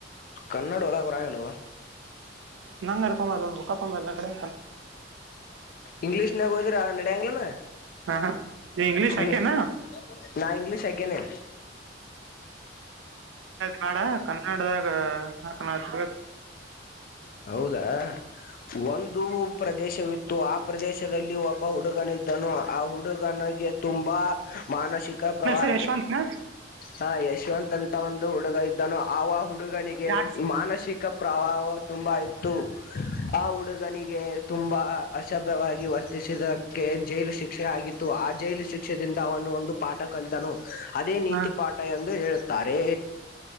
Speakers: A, on the left (about 50°); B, on the right (about 80°).
A: ಕನ್ನಡ ಓದಾಕ ಬರಂಗಿಲ್ಲೋ
B: ನಂಗಾರ ತೊಂಬರಲ್ಲಾ ಒಂದು ಬುಖ ತೊಂಬ ಇಲ್ಲ ಕಡೆ
A: ಇಂಗ್ಲೀಷ್ನಾಗ ಹೋದ್ರ ನಡ್ಯಂಗ್ಲನಾ
B: ಹಾ ಹಾ ನೀ ಇಂಗ್ಲೀಷ್
A: ಹ್ಮ
B: ಹಾಕೇನಾ
A: ನಾ ಇಂಗ್ಲೀಷ್ ಆಕಿನಿ
B: ಕಾಡ ಕನ್ನಡದಾಗ ಹ
A: ಹೌದಾ ಒಂದು ಪ್ರದೇಶವಿತ್ತು ಆ ಪ್ರದೇಶದಲ್ಲಿ ಒಬ್ಬ ಹುಡುಗನ ಇದ್ದನು ಆ ಹುಡುಗನಿಗೆ ತುಂಬಾ ಮಾನಸಿಕ ಪ್ರವಾಹ
B: ಯಶವಂತನ
A: ಹ ಯಶವಂತ್ ಅಂತ ಒಂದು ಹುಡುಗ ಇದ್ದಾನೋ ಆ ಹುಡುಗನಿಗೆ
B: ಯಾಡ್
A: ಮಾನಸಿಕ ಪ್ರವಾವ ತುಂಬ ಇತ್ತು ಆ ಹುಡುಗನಿಗೆ ತುಂಬಾ ಅಶಭ್ಯವಾಗಿ ವರ್ತ ಇದಕ್ಕೆ ಜೈಲು ಶಿಕ್ಷೆ ಆಗಿತ್ತು ಆ ಜೈಲು ಶಿಕ್ಷೆಯಿಂದ ಅವನು ಒಂದು ಪಾಠ ಕಲಿತನು ಅದೇ ನೀತಿ
B: ಹಾ
A: ಪಾಠ ಎಂದು ಎಂದು ಹೇಳ್ತುರೆ